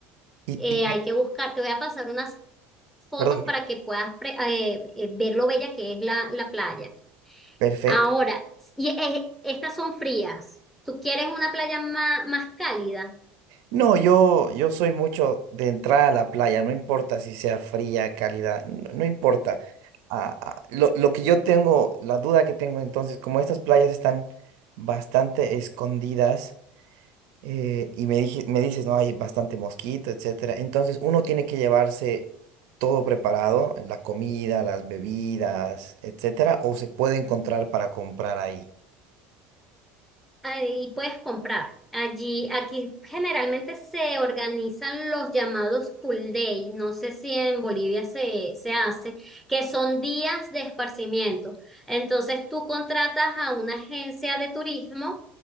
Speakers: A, on the right; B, in the centre.
A: Y,
B: Eh,
A: y te-
B: hay que buscar, te voy a pasar unas fotos
A: perdón,
B: para que puedas pre- eh, eh, ver lo bella que es la, la playa.
A: perfecto.
B: Ahora, y, eh, estas son frías. ¿Tú quieres una playa ma- más, cálida?
A: No, yo, yo soy mucho de entrar a la playa, no importa si sea fría, cálida, no, no importa. Ah, ah, lo, lo que yo tengo, la duda que tengo entonces, como estas playas están bastante escondidas, eh, y me dije, me dices, no, hay bastante mosquito, etcétera. Entonces uno tiene que llevarse todo preparado, la comida, las bebidas, etcétera, o se puede encontrar para comprar ahí.
B: Ahí puedes comprar. Allí, aquí generalmente se organizan los llamados full day. No sé si en Bolivia se, se hace, que son días de esparcimiento. Entonces tú contratas a una agencia de turismo